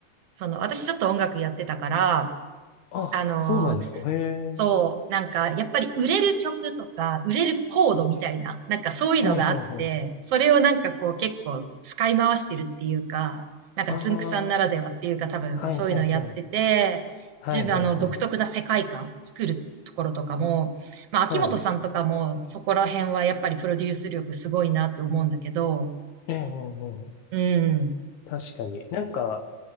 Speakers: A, on the right (about 60°); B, on the left (about 80°).
A: その、私ちょっと音楽やってたから、
B: あ、
A: あの
B: そうなんですか。へえ。
A: そう、なんか、やっぱり売れる曲とか、売れるコードみたいな、なんかそういうのがあって、
B: はいはいはい。
A: それをなんかこう結構使い回してるっていうか、なんかつんくさんならではっていうか多分そういうのやってて、
B: ああ、はいはいはい。はいはいはい。
A: 自分あの独特な世界観作るところとかも、まあ秋元さんとかもそこら辺はやっぱりプロデュース力すごいなって思うんだけど、
B: はい。ええ、ええ、ええ
A: うん、
B: 確かに。なんか、